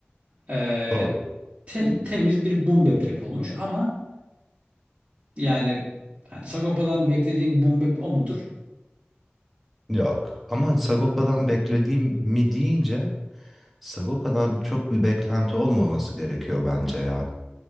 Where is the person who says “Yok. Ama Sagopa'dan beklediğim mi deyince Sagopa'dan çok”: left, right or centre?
Centre